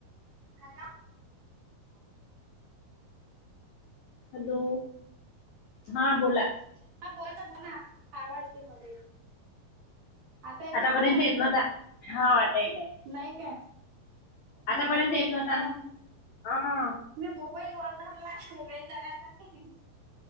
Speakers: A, on the right; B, on the left.
A: हॅलो
B: हॅलो हा बोला
A: हा बो ना बो ना आवाड येते म येते आता येते
B: आतापर्यंत
A: का तुम्हाला
B: येत नव्हता हो आता येत आहे
A: नाही काय
B: आतापर्यंत
A: हे नेटवर्क
B: येत नव्हता
A: चॅनल
B: ना हा
A: मी मोबाईल वर धरला रेज जाण्यासाठी